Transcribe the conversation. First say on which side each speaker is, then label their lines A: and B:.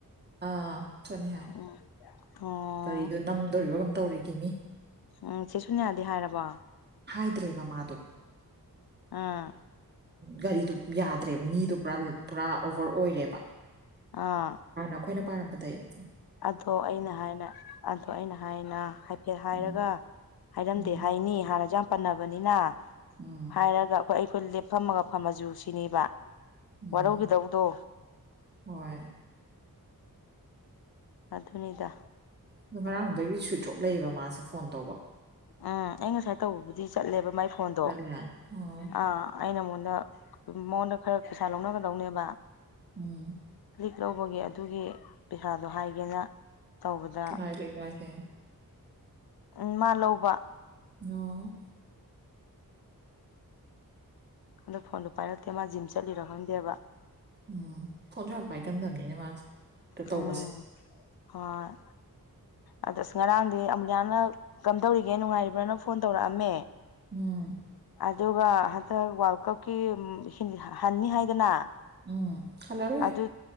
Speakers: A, on the right; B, on the left.
A: ꯑꯥ ꯁꯣꯠꯅꯤ ꯍꯥꯏ
B: ꯎꯝ ꯑꯣ
A: ꯒꯥꯔꯤꯗꯣ ꯅꯝꯗꯣꯔꯤꯕ ꯀꯩꯅꯣꯝ ꯇꯧꯔꯤ ꯀꯤꯃꯤ꯫
B: ꯎꯝ ꯆꯦ ꯁꯨꯅꯤꯌꯥꯗꯤ ꯍꯥꯏꯔꯕꯣ?
A: ꯍꯥꯏꯗ꯭ꯔꯦꯕ ꯃꯥꯗꯣ
B: ꯑꯥ
A: ꯒꯥꯔꯤꯗꯨ ꯌꯥꯗ꯭ꯔꯦꯕ ꯃꯤꯗꯨ ꯄꯨꯔꯥ ꯄꯨꯔꯥ ꯑꯣꯕꯔ ꯑꯣꯏꯔꯦꯕ꯫
B: ꯑꯥ
A: ꯍꯥꯟꯅ ꯑꯩꯈꯣꯏꯅ ꯄꯥꯔꯝꯕꯗꯩꯩ
B: ꯑꯗꯣ ꯑꯩꯅ ꯍꯥꯏꯅ ꯑꯗꯣ ꯑꯩꯅ ꯍꯥꯏꯅ ꯍꯥꯏꯐꯦꯠ ꯍꯥꯏꯔꯒ
A: ꯎꯝ
B: ꯍꯥꯏꯔꯝꯗꯦ
A: ꯎꯝ
B: ꯍꯥꯏꯅꯤ ꯍꯥꯟꯅꯁꯨ ꯌꯥꯝ ꯄꯟꯅꯕꯅꯤꯅ
A: ꯎꯝ
B: ꯍꯥꯏꯔꯒ ꯑꯩꯈꯣꯏ ꯑꯩꯈꯣꯏ ꯂꯦꯞꯐꯝꯃꯒ ꯐꯝꯃꯁꯨ ꯁꯤꯅꯤꯕ
A: ꯎꯝ
B: ꯋꯥꯔꯧꯒꯤꯗꯧꯗꯣ
A: ꯍꯣꯏ
B: ꯑꯗꯨꯅꯤꯗ
A: ꯑꯗꯣ ꯉꯔꯥꯡꯗꯨꯗꯒꯤ ꯁ꯭ꯋꯤꯆ ꯑꯣꯞ ꯂꯩꯌꯦꯕ ꯃꯥꯁꯦ ꯐꯣꯟ ꯇꯧꯕ
B: ꯑꯥ ꯑꯩ ꯉꯁꯥꯏ ꯇꯧꯕꯕꯨꯗꯤ ꯆꯠꯂꯦꯕ ꯃꯥꯏ ꯐꯣꯟꯗꯣ
A: ꯆꯠꯂꯦ ꯑꯣ
B: ꯑꯥ ꯑꯩꯅ ꯃꯉꯣꯟꯗ ꯃꯉꯣꯟꯗ ꯈꯔ ꯄꯩꯁꯥ ꯂꯧꯅꯒꯗꯧꯅꯦꯕ꯫
A: ꯎꯝ
B: ꯂꯤꯛ ꯂꯧꯕꯒꯤ ꯑꯗꯨꯒꯤ ꯄꯩꯁꯥꯗꯣ ꯍꯥꯏꯒꯦꯅ꯫ ꯇꯧꯕꯗ
A: ꯀꯅꯥꯏ ꯂꯤꯛꯅꯣ ꯍꯥꯏꯁꯦ꯫
B: ꯎꯝ ꯃꯥ ꯂꯧꯕ꯫
A: ꯑꯣ
B: ꯑꯗꯣ ꯐꯣꯟꯗꯨ ꯄꯥꯏꯔꯛꯇꯦ ꯃꯥ ꯖꯤꯝ ꯆꯠꯂꯤꯔ ꯈꯪꯗꯦꯕ꯫
A: ꯎꯝ ꯐꯣꯟꯁꯨ ꯌꯥꯝ ꯄꯥꯏꯒꯟꯗꯝꯅꯤꯅꯦ ꯃꯥꯁꯦ꯫ ꯍꯦꯛꯇ ꯇꯧꯕꯁꯦ
B: ꯎꯝ ꯍꯣꯏ ꯑꯗꯣ ꯑꯁ ꯉꯔꯥꯡꯗꯤ ꯑꯃꯨꯂꯌꯥꯅ ꯀꯝꯗꯧꯔꯤꯒꯦ ꯅꯨꯡꯉꯥꯏꯔꯤꯕ꯭ꯔꯅ ꯐꯣꯟ ꯇꯧꯔꯛꯑꯝꯃꯦ꯫
A: ꯎꯝ
B: ꯑꯗꯨꯒ ꯍꯟꯗꯛ ꯋꯥꯔꯜ ꯀꯞꯀꯤ ꯎꯝ ꯍꯟꯅꯤ ꯍꯥꯏꯗꯅ
A: ꯎꯝ ꯍꯜꯂꯔꯣꯏ
B: ꯑꯗꯨ